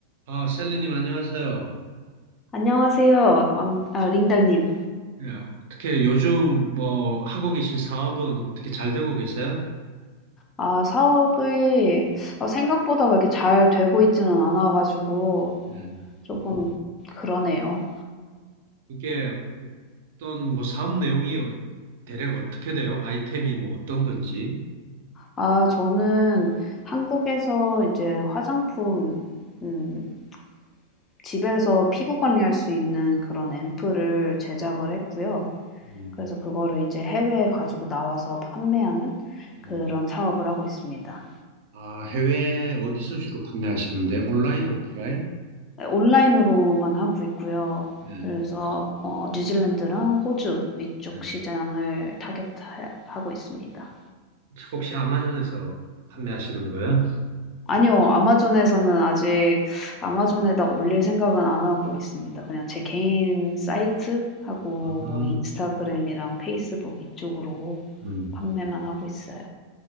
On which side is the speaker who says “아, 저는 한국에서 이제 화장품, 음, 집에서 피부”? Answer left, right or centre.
Left